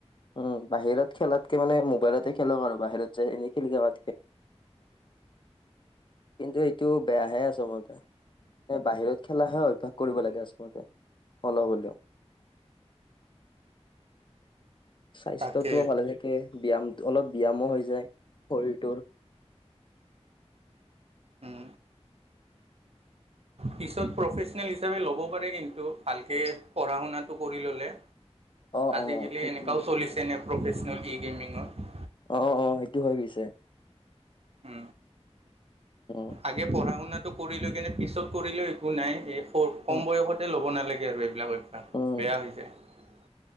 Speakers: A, on the left; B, on the right.
A: উম বাহিৰত খেলাতকে মানে মোবাইলতে খেলক আৰু বাহিৰত যায় এনেই খেলি যাবাতকে কিন্তু এইটো বেয়াহে আচলতে এ বাহিৰত খেলাহে অভ্যাস কৰিব লাগে আচলতে অলপ হলেও <inaudible> স্বাস্থ্যতটোও
B: তাকে
A: ভালে থাকে ব্যায়াম অলপ ব্যায়ামো হৈ যায় শৰীৰটোৰ
B: উম পিছত প্ৰফেচনেল হিচাপে ল'ব পাৰে কিন্তু ভালকে পঢ়া শুনাটো কৰি ললে
A: অ
B: আজিকালি
A: অ সেইটোৱে।
B: এনেকাও চলিছে নে প্ৰফেচনেল ই গেমিঙত
A: অ অ সেইটো হৈ গৈছে
B: উ
A: উম
B: আগে পঢ়া শুনাটো কৰি লৈ কেনে পিছত কৰিলেও একো নাই এই
A: উম
B: কম বয়সতে ল'ব নালাগে আৰু অভ্যাস
A: উম
B: বেয়া হৈছে <unintelligible>